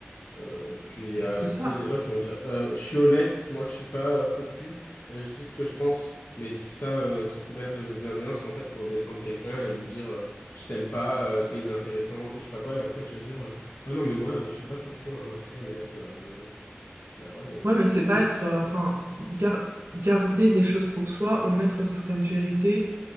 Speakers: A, on the left (about 80°); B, on the right (about 80°).
A: Euh, puis il y a,
B: C'est
A: tu
B: ça,
A: sais, les gens qui vont dire, euh, je suis honnête, moi je suis pas euh, faux cul, euh, je dis ce que je pense. Mais tout ça euh, sous couvert de bienveillance, en fait, pour descendre quelqu'un et lui dire, euh, je t'aime pas, euh, t'es inintéressante, ou je sais pas quoi. Et après, tu vas dire, euh, ouais, non, mais moi, euh, je suis pas faux cul, hein, je suis honnête. Euh, bah ouais, mais non.
B: Ouais, mais c'est pas
A: <laughs>
B: être, euh, enfin, gar- garder des choses pour soi, omettre certaines vérités,